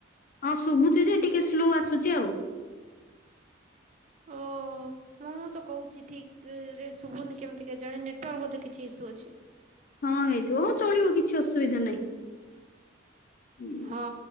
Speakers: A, on the left; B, on the right.
A: ହଁ ଶୁଭୁଛି ଯେ ଟିକେ ସ୍ଲୋ ଆସୁଛି ଆଉ।
B: ଓହୋ ମୁଁ ତ କହୁଛି ଠିକ ରେ ଶୁଭୁନି କେମିତି କେଜାଣି ନେଟୱାର୍କ ବୋଧେ କିଛି ଇସୁ ଅଛି।
A: ହଁ ହେଇଥିବ ହଁ ଚଳିବ କିଛି ଅସୁବିଧା ନାହିଁ
B: ହଁ